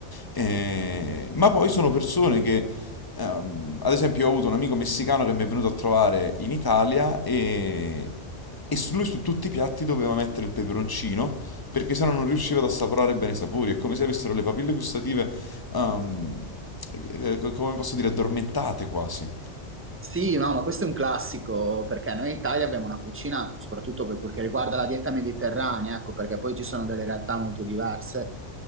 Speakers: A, on the left; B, on the right.
A: Eh, ma poi sono persone che, ehm, ad esempio, ho avuto un amico messicano che mi è venuto a trovare in Italia e, e su lui su tutti i piatti doveva mettere il peperoncino perché sennò non riusciva ad assaporare bene i sapori. È come se avessero le papille gustative, ehm, eh, co- come posso dire, addormentate quasi.
B: Sì, no, ma questo è un classico perché noi in Italia abbiamo una cucina, soprattutto per quel che riguarda la dieta mediterranea, ecco, perché poi ci sono delle realtà molto diverse,